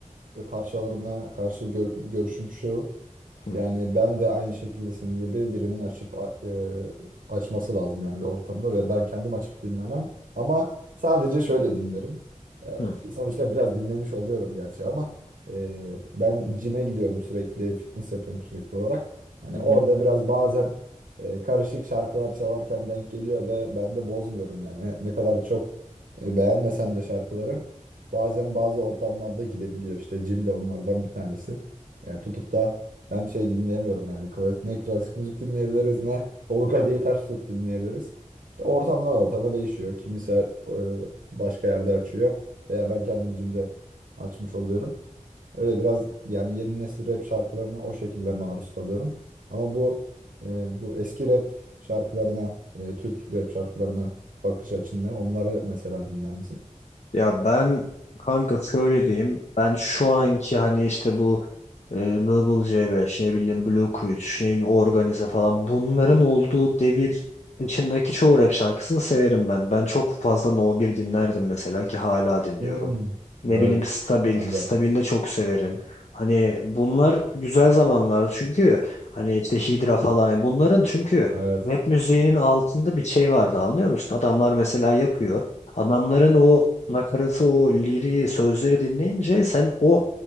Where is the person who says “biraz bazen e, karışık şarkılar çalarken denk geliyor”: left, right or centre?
Right